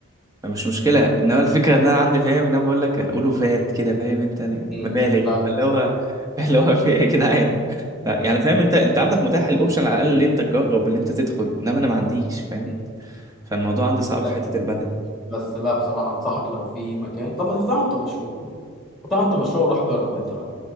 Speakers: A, on the right; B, in the centre.
A: مش مشكلة انما الفكرة ان انا عندي فاهم ان انا بقول لك اقوله فات كده فاهم انت يعني
B: م-
A: مبالغ
B: م. لا لا
A: اللي
B: بس
A: هو <laughs> اللي هو في ايه يا جدعان ف- يعني فاهم انت انت عندك متاح الاوبشن على الاقل ان انت تجرب ان انت تدخل انما انا ما عنديش فاهم
B: مم.
A: فالموضوع عندي صعب
B: لا
A: في حتة البدن
B: بس لا بصراحه انصحك لو في مكان طب ما تفتحوا انت مشروع افتحوا انت مشروع وروح جرب انت بقى